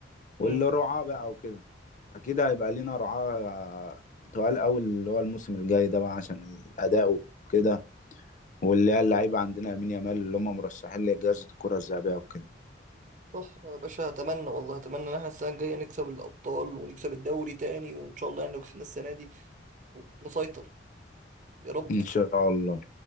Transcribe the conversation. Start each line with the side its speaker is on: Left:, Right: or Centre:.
Left: واللي
Right: مم.
Left: رعاة بقى وكده أكيد هيبقى لينا رعاة آه، تقال أوي اللي هو الموسم الجاي ده بقى عشان الأداء وكده واللي هي اللعيبة عندنا يمين يامال اللي هم مرشحين لجائزة الكرة الذهبية وكده
Right: صح يا باشا اتمنى والله اتمنى ان احنا السنه الجايه نكسب الابطال ونكسب الدوري تاني وان شاء الله يعني لو كسبنا السنه دي ونسيطر يا رب
Left: إن شاء الله